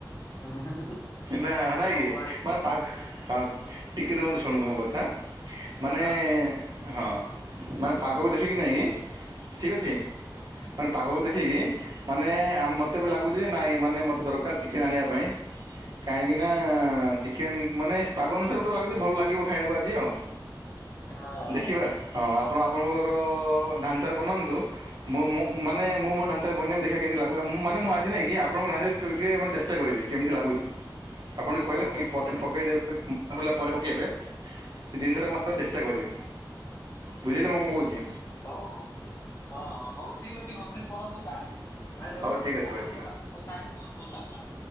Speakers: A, on the left; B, on the right.
A: ହୁଁ
B: ନା- ନାଇଁ
A: ହଉ
B: କି
A: ଭାଇ
B: ମାନେ ପାଗ୍ ହଁ ଟିକେ ରୁହନ୍ତୁ ଶୁଣନ୍ତୁ ମୋ କଥା ମାନେ
A: ହଁ।
B: ହଁ ମାନେ ପାଗକୁ ଦେଖିକି ନାଇଁ କି ଠିକ୍ ଅଛି ମାନେ ପାଗକୁ
A: ହଁ
B: ଦେଖିକି ମାନେ ଆ -ମତେ ବି ଲାଗୁଚି ଯେ ନାଇଁ ମାନେ ମତେ ଦରକାର ଚିକେନ୍ ଆଣିବା ପାଇଁ। କାହିଁକି ନା ଚିକେନ୍ ମାନେ ପାଗ ଅନୁସାରେ ମତେ ତ ଲାଗୁଚି ଭଲ ଲାଗିବ ଖାଇବାକୁ ଆଜି ଆଉ।
A: ହଁ ହଁ
B: ଦେଖିବା ହଁ ଆପଣ ଆପଣଙ୍କର ଢାଞ୍ଚାରେ ବନାନ୍ତୁ ମୁଁ- ମୁଁ ମାନେ
A: ହୁଁ
B: ମୋ ଢାଞ୍ଚାରେ ବନେଇବି ଦେଖିବା କେମିତି ଲାଗୁଚି ମାନେ ମୁଁ ଆଜି ନେଇକି ଆପଣଙ୍କ ଡାଞ୍ଚାରେ ଟିକେ ଚେଷ୍ଟା କରିବି କେମିତି ଲାଗୁଚି ଆପଣ
A: ହଉ
B: କହିଲେ
A: ହଉ
B: ପ-ପକେଇଦେବି
A: ଠିକ ଅଛି।
B: <unintelligible> ପରେ ପକେଇବେ। ଏ ଜିନିଷଟା ମୁଁ
A: ହୁଁ
B: ଆଗ ଚେଷ୍ଟା କରିବି ବୁଝିଲେ
A: ହଉ
B: ମୁଁ କଣ କହୁଚି?
A: ହଉ ହଁ - ହଉ ଠିକ୍ ଅଛି ରୋଷେଇ କରନ୍ତୁ ତାହେଲେ। ଭାଇ ରହିଲି
B: ହଉ ଠିକ୍ ଅଛି
A: ଆପଣଙ୍କ
B: ଭାଇ
A: ସାଥିରେ କଥା ହେଇକି ବହୁତ ଭଲ ଲାଗିଲା।